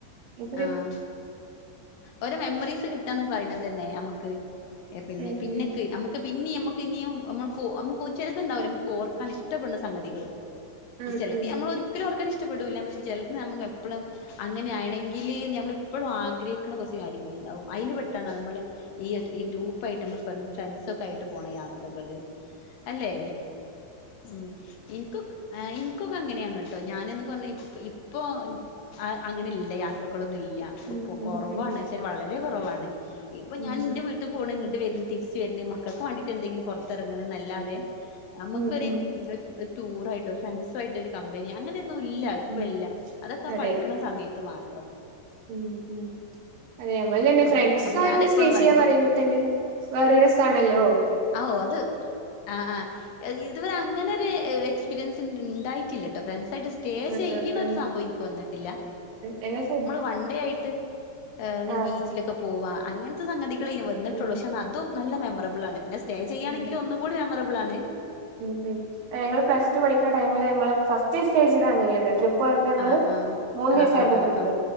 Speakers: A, on the right (about 60°); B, on the left (about 65°).
A: നമുക്കൊരു
B: ആഹ് ഓരോ മെമ്മറീസ് കിട്ടാന്ന് പറയണ തന്നെ നമുക്ക് ക്ക് പിന്നെ
A: ഉം
B: പിന്നെക്ക
A: ഉം
B: നക്ക് പിന്നെ നമ്മുക്ക് ഇനിയും നമ്മക്ക് നക്ക് ചെറുതുണ്ടാവുമോ നമുക്ക് ഓക്കാൻ ഇഷ്ടപ്പെടുന്ന സംഗതികള്
A: ഉം
B: ചിലത്
A: ഉം
B: നമ്മൾ ഒരിക്കലും ഓർക്കാൻ ഇഷ്ടപ്പെടൂല്ല പക്ഷെ ചിലത് നമ്മ എപ്പഴും അങ്ങനെ ആണെങ്കിൽ ല് നമ്മള ഇപ്പോഴും ആഗ്രഹിക്കുന്ന കുറച്ച് കാര്യങ്ങൾുണ്ടാാവും അതിൽ പെട്ടാണ് നമ്മള് ഈ ഈ ഗ്രൂപ്പായിയിട്ട് നമ്മ ഫ്രണ്ട്സ ഒക്കെ ആയിട്ട് പോണ യാത്രകള് അല്ലേ ഉം എനിക്കൊ എനിക്കൊക്കെ അങ്ങനെയാണ് കേട്ടോ ഞാനന്ന് പറഞ്ഞ ഇപ്പ ഇപ്പോ ആഹ് അങ്ങനെ ഇല്ലയാത്ര ത്രകളൊന്നും ഇല്ല
A: ഉം ഉം
B: കുറവാണ്
A: ഉം ഉം
B: ശരി വളരെ കുറവാണ് ഇപ്പൊ
A: ഉം
B: ഞാൻ എന്റെ വീട്ടിൽ ഇട്ട് പോണ് ഇങ്ങട്ട് വര്ണ് തിരിച്ച് വരണ് മക്കൾക്ക് വേണ്ടീട്ട് എന്തെങ്കിലും പുറത്തിറങ്ങണ്ന്നല്ലാതെ നമ്മുക്കൊരു
A: ഉം ഉം
B: ഒരു ടൂറായിട്ടോ ഒരു ഫ്രണ്ട്സായിട്ടോ ഒരു കമ്പനി അങ്ങനെയൊന്നും ഇല്ല
A: ഉം
B: ഇപ്പ
A: ഉം
B: ഇല്ല അതൊക്കെ ആഹ്
A: അതെ
B: പഠിക്കണ സമയത്ത് മാത്രം
A: ഉം ഉം അതെ നമ്മൾ രണ്ട്
B: അപ്പൊ
A: ഫ്രണ്ട്സായിട്ട്
B: അപ്പൊ ഞാൻ എപ്പോഴും
A: സ്റ്റേ
B: പറയും
A: ചെയ്യാന്നറിയുമ്പോത്തന്നെ
B: ഇപ്പൊ
A: വെറെരസാണല്ലോ
B: ഔ അത് ആഹ് ആഹ് ഇതുവരെ അങ്ങനെ ഒരു എക്സ്പീരിയൻസ് ഇണ്ടായിട്ടില്ലട്ടോ ഫ്രണ്ട്സ് ആയിട്ട് സ്റ്റേ
A: ആഹ്
B: ചെയ്യണാരു
A: ആഹ് ആഹ്
B: സംഭവം എനിക്ക് വന്നിട്ടില്ല
A: ഞങ്ങൾ ഫുഡ്
B: വൺണ്ടേ ആയിട്ട് എഹ് ഇങ്ങനെ
A: ആഹ്
B: ബീച്ചിലൊക്കെ പോവാ അങ്ങനത്തെ സംഗതികളെ വന്നിട്ടുള്ളൂ
A: ഉം
B: പക്ഷെ അതും നല്ല മെമ്മറബിളാണ് പിന്നെ സ്റ്റേ ചെയ്യാണെങ്കിൽ
A: ഉം ഉം
B: ഒന്നുകൂടി മെമ്മറബിളാണ്
A: ഉം ഉം ഞങ്ങൾ പ്ലസ് ടു പഠിക്കണ ടൈമില് ഞങ്ങള് ഫസ്റ്റ് സ്റ്റേജിലങ്ങനെന്നു ട്രിപ്പ് പോയപ്പോ ഞങ്ങള്
B: ആഹ് ആഹ്
A: മൂന്നീസായിരുന്ന്
B: ആഹ് ആഹ്
A: ട്രിപ്പ്